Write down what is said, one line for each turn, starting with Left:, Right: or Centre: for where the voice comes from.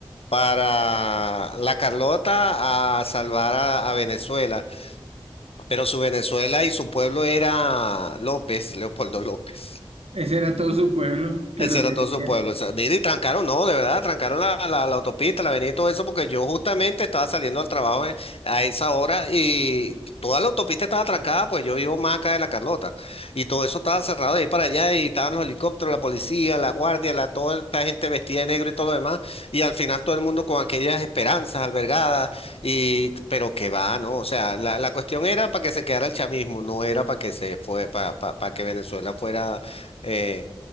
Left: para la Carlota a salvar a a Venezuela. Pero su Venezuela y su pueblo era López, Leopoldo López.
Right: <laughs> Ese era todo su pueblo que
Left: Ese
Right: lo seguía.
Left: era todo su pueblo. O sea, mira, y trancaron, no, de verdad, trancaron la, la, la autopista, la avenida y todo eso, porque yo justamente estaba saliendo al trabajo eh, a esa hora y toda la autopista estaba trancada, pues yo vivo más acá de La Carlota. Y todo eso estaba cerrado de ahí para allá y estaban los helicópteros, la policía, la guardia, la, toda esta gente vestida de negro y todo lo demás. Y al final todo el mundo con aquellas esperanzas albergadas, y, pero que va, ¿no? O sea, la, la cuestión era para que se quedara el chavismo, no era para que se fue, para, para que Venezuela fuera. eh,